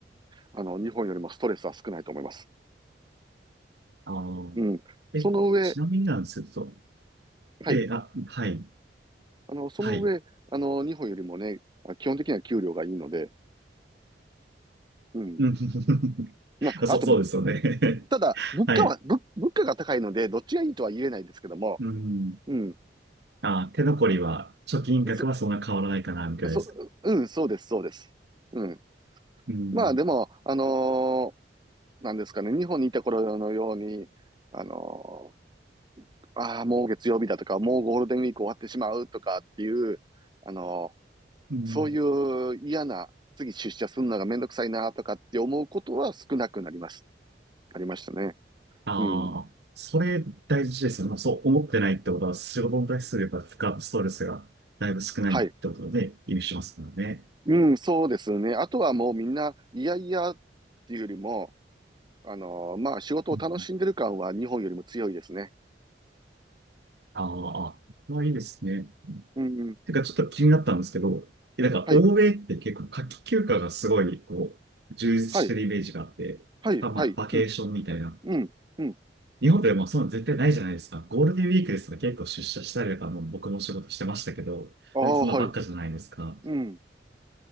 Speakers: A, on the right; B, on the right.
A: あの、日本よりもストレスは少ないと思います。
B: ああ、
A: うん。
B: え、
A: その上、
B: ちなみになんですけど、
A: はい。
B: え、あ、はい、
A: あの、その上、
B: はい。
A: あの、日本よりもね、基本的には給料がいいので、うん。
B: うん <laughs>
A: まあ、
B: そう、
A: あと、
B: そうですよね
A: ただ、
B: <laughs>
A: 物価は、
B: はい。
A: 物、物価が高いので、どっちがいいとは言えないですけども、
B: うん。
A: うん。
B: あ、手残りは、貯金額はそんな変わらないかな、
A: そ、
B: みたいですか。
A: そ、うん、そうです、そうです。うん。
B: うん。
A: まあ、でも、あのーなんですかね、日本にいた頃のように、あのーああ、もう月曜日だとか、もうゴールデンウィーク終わってしまうとかっていう、あのー
B: うん。
A: そういう嫌な、次出社するのがめんどくさいなとかって思うことは少なくなります。ありましたね。
B: ああ、
A: うん。
B: それ大事ですよね。そう思ってないってことは、仕事に対するやっぱ負荷、ストレスがだいぶ少ないってことで、
A: はい。
B: 意味しますからね。
A: うん、そうですね。あとはもうみんな、いやいやっていうよりも、あのーまあ、仕事を楽しんでる感は日本よりも強いですね。
B: うんああ、まあいいですね。
A: うん、うん。
B: てか、ちょっと気になったんですけど、えなんか、
A: はい、
B: 欧米って結構夏季休暇がすごい、こう、充実してるイメージがあって、
A: はい、はい、
B: たまあ、
A: はい。
B: バケーションみたいな。
A: うん、うん、うん。
B: 日本でもそういうの絶対ないじゃないですか。ゴールデンウィークですとか結構出社したりとか、もう僕も仕事してましたけど、
A: ああ、
B: そんなばっかじゃないですか。
A: はい。うん。